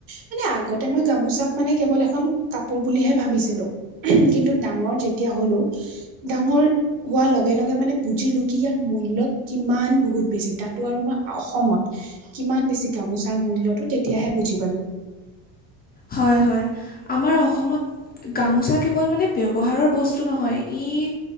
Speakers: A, on the right; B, on the left.
A: মানে আগতে মই গামোচাক মানে কেৱল এখন কাপোৰ বুলিহে ভাবিছিলো কিন্তু ডাঙৰ যেতিয়া হলো ডাঙৰ হোৱাৰ লগে লগে মানে বুজিলো কি ইয়াৰ মূল্য় কিমান বহুত বেছি তাতো আৰু মই অসমত কিমান বেছি গামোচাৰ মূল্যয়তটো তেতিয়াহে বুজি পালো
B: হয় হয় আমাৰ অসমত গামোচা কেৱল মানে ব্যৱহাৰৰ বস্তু নহয় ই